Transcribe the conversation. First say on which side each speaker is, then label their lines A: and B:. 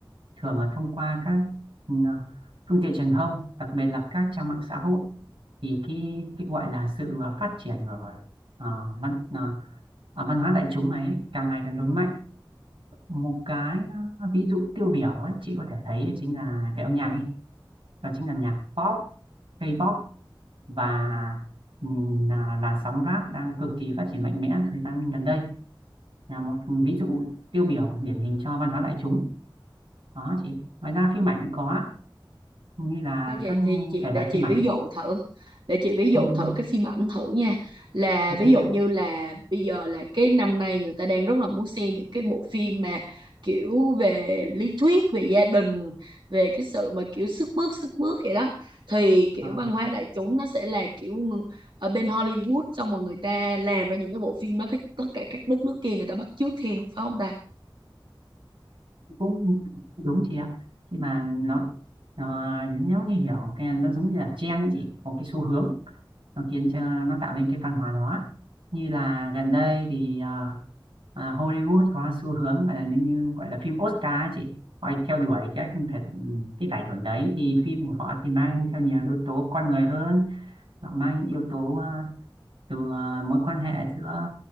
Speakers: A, on the right; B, on the right.
A: thường là thông qua các ừ, phương tiện truyền thông đặc biệt là các trang mạng xã hội thì cái cái gọi là sự phát triển của à, văn à, à, văn hóa đại chúng ấy càng ngày càng lớn mạnh một cái à, ví dụ tiêu biểu ấy chị có thể thấy đấy chính là về âm nhạc ấy đó chính là nhạc pop K-pop và ừm, là làn sóng rap đang cực kỳ phát triển mạnh mẽ thời gian gần đây là một ví dụ tiêu biểu điển hình cho văn hóa đại chúng đó chị ngoài ra phim ảnh cũng có như là
B: À, Chị,
A: các
B: thì chị
A: thể loại
B: để chị
A: phim
B: ví
A: ảnh
B: dụ thử để chị ví dụ
A: ừ, ừ,
B: thử cái phim ảnh thử nha là
A: ok
B: ví dụ
A: ạ
B: như là bây giờ là cái năm nay người ta đang rất là muốn xem những cái bộ phim mà kiểu về lý thuyết về gia đình về cái sự mà kiểu sức mướt sức mướt vậy đó thì kiểu
A: Ờ,
B: văn hóa đại chúng nó sẽ là kiểu ở bên Hollywood xong rồi người ta làm ra những cái bộ phim đó cái tất cả các đất nước kia người ta bắt chước theo phải không ta
A: cũng đúng chị ạ khi mà nó, nó nếu như hiểu cái nó giống như là trend đấy chị một cái xu hướng nó khiến cho nó tạo nên cái văn hóa đó như là gần đây thì ờ, ờ, Hollywood có xu hướng gọi là như như gọi là phim Oscar ấy chị họ theo đuổi các cái, cái giải thưởng đấy thì phim của họ thì mang theo nhiều yếu tố con người hơn họ mang những yếu tố ờ, từ ờ, mối quan hệ giữa